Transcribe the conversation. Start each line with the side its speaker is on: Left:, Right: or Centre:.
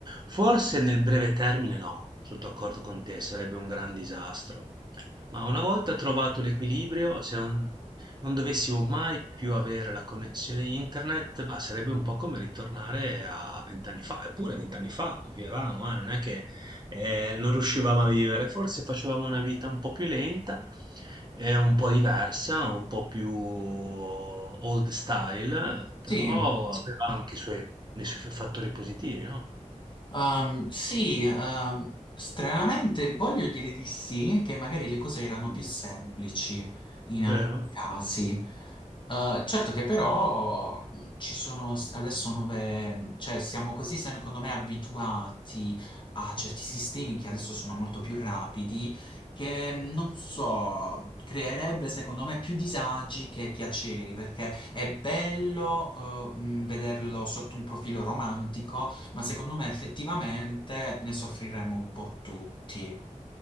Right: forse nel breve termine no, sono d'accordo con te, sarebbe un gran disastro, ma una volta trovato l'equilibrio, se non, non dovessimo mai più avere la connessione internet, bah, sarebbe un po' come ritornare a vent'anni fa, eppure vent'anni fa vivevamo, eh, non è che eh, non riuscivamo a vivere. Forse facevamo una vita un po' più lenta, eh, un po' diversa, un po' più old style, però
Left: Sì,
Right: aveva anche i suoi, i suoi fattori positivi, no?
Left: Ehm, sì, ehm, stranamente voglio dire di sì, che magari le cose erano
Right: Mm.
Left: più semplici in alcuni
Right: Vero?
Left: casi. Eh, certo che però mh, ci sono s- adesso nuove, cioè siamo così secondo me abituati a certi sistemi che adesso sono molto più rapidi, che mh, non so, creerebbe secondo me più disagi che piaceri, perché è bello eh, mh, vederlo sotto un profilo romantico ma secondo me effettivamente ne soffriremo un po' tutti.